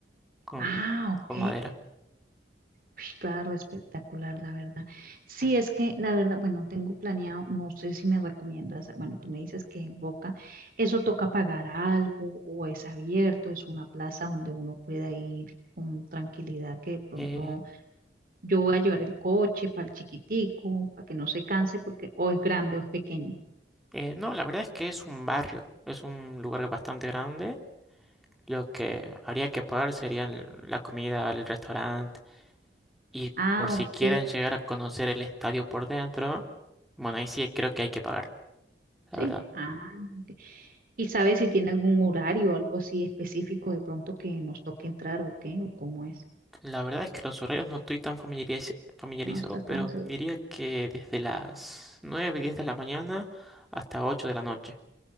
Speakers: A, in the centre; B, on the right (about 50°).
A: con,
B: Ah, ok.
A: con madera.
B: Ush, Claro, espectacular, la verdad. Sí, es que la verdad, bueno, tengo planeado, no sé si me recomiendas, bueno, tú me dices que en Boca, eso toca pagar algo o es abierto, es una plaza donde uno pueda ir con tranquilidad, que de pronto
A: Eh,
B: yo voy a llevar el coche para el chiquitico, para que no se canse, porque o es grande o es pequeño.
A: eh, no, la verdad es que es un barrio, es un lugar bastante grande. Lo que habría que pagar sería el- la comida, el restaurante. Y
B: Ah,
A: por si
B: ok,
A: quieren llegar a conocer el estadio por dentro, bueno, ahí sí creo que hay que pagar, la
B: sí.
A: verdad.
B: Ah, ok. ¿Y sabes si tiene algún horario o algo así específico de pronto que nos toque entrar o qué, o cómo es?
A: La verdad es que los horarios no estoy tan familiariz- familiarizado,
B: No está
A: pero
B: tan seguro.
A: diría que desde las 9 10 de la mañana hasta 8 de la noche.